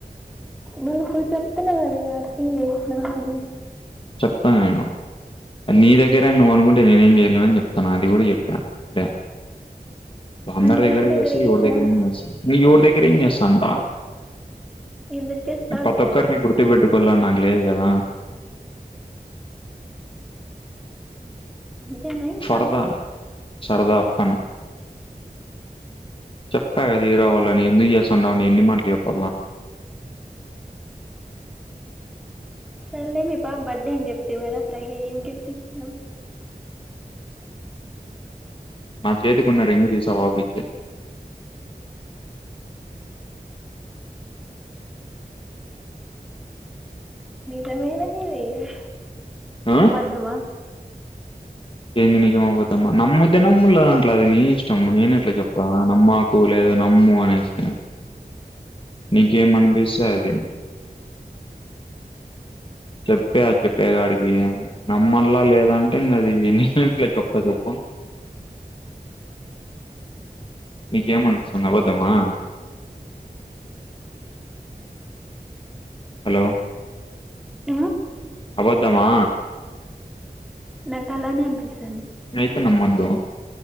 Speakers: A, in the centre; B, on the left.
A: మళ ఇప్పుడు చెప్తున్నావు కదా యాక్టింగ్ చేసిన అని
B: చెప్త నేను నీ దగ్గరేని నువ్వు అనుకుంటే నేనేం చేయలేన అని చెప్తాను అది కూడా చెప్పాను అదే అందరి
A: మళ్ళీ
B: దగ్గర
A: ఎవరి
B: చేస్త
A: చేసినావు
B: ఎవరి దగ్గరైనా చేస్త నువు ఎవరి దగ్గర ఏం చేస్తాంట
A: ఎదురు చేస్తావు
B: ప్రతి
A: అలాగా
B: ఒక్కరిని గుర్తుపెట్టు <unintelligible> లేదు కదా
A: అం <unintelligible>
B: సరద సరదా ఫన్ చెప్పా కదా హరో అవ్వాలని ఎందుకు చేస్తుాండవుని ఎన్ని మటలు చెప్ప
A: సరేలే మీ పాప బర్త్డే అని చెప్తాం కదా ఫ్రైడే ఏ గిఫట్ ఇచ్చినావు
B: నా చేతికున్న రింగ్ తీసి <unintelligible>
A: నిజమేనా హ
B: ఆ
A: అవద్దమ్మా
B: ఏంది నిజమవుద్దామ్మా నమ్ముతే నమ్ము లేదంటే లేదు అది నీ ఇష్టము నేను ఎట్లా చెప్త నమ్మ <unintelligible> లేదో నమ్ము అనేసి నీకేమి అనిపిస్తే అది చెప్పే చెప్పేగాడికి నమ్మల్లా లేదంటే ఇంకా అది ఎన్నిట్లే చెప్తా చెప్పు నీకి ఏమి <unintelligible> అబద్ధమా హలో
A: ఉమ్,
B: అబద్దమా
A: నాకు అలానే అనిపిస్తుంది
B: అయితే నమ్మొద్దు